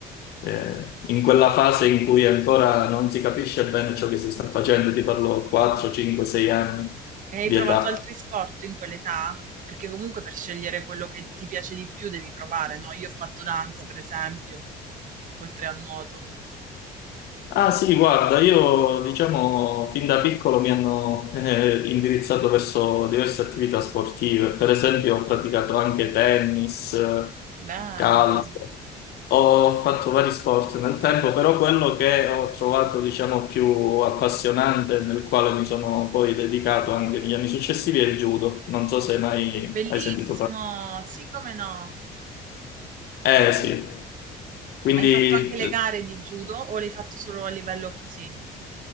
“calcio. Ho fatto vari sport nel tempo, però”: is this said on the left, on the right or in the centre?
Left